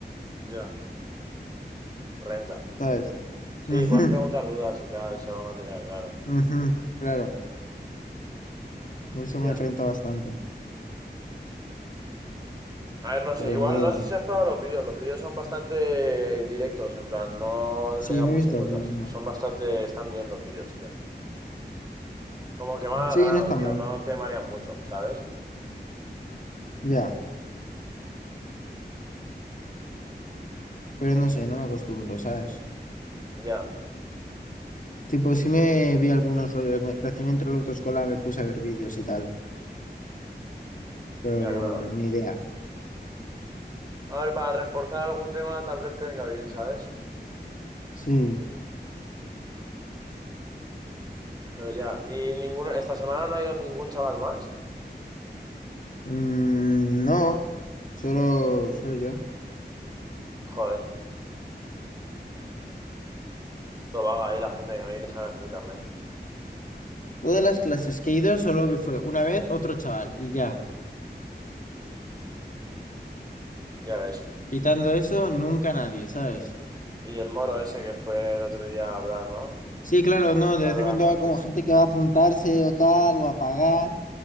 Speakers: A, on the right; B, on the left.
A: ya. Renta.
B: ¿sabes?
A: Sí,
B: Ujú,
A: puedes preguntar dudas y tal, si algo no te queda claro.
B: ujú, claro, por eso
A: Ya.
B: me renta bastante,
A: A ver, no
B: pero
A: sé, igual
B: ni idea.
A: no sé si has probado los vídeos. Los vídeos son bastante directos, en plan, no
B: Sí,
A: le dan
B: me
A: muchas
B: he visto
A: vueltas.
B: alguna.
A: Son bastante, están bien los vídeos, tío. Como que van
B: Sí,
A: al grano,
B: no está
A: tío,
B: mal,
A: no te marean mucho, ¿sabes?
B: ya, pero no sé, no me acostumbro, ¿sabes?
A: Ya,
B: Tipo, sí me vi algunos rollos, ne- recién entré a la autoescuela me puse a ver vídeos y tal, pero
A: ya, claro.
B: ni idea.
A: A ver, para reforzar algún tema tal vez te venga bien, ¿sabes?
B: Sí.
A: Pero ya, y ninguno, esta semana no ha ido ningún chaval más.
B: Mm, no. Solo, solo yo.
A: Joder, todo vaga ahí la gente que no viene a sacarse el carnet.
B: Todas las clases que he ido solo fue una vez otro chaval y ya.
A: Ya ves.
B: Quitando eso, nunca nadie, ¿sabes?
A: Y el moro ese que fue el otro día a hablar, ¿no?
B: Sí, claro, no, de
A: A
B: vez
A: hablar
B: en cuando
A: francés.
B: va como gente que va a apuntarse o tal, o a pagar,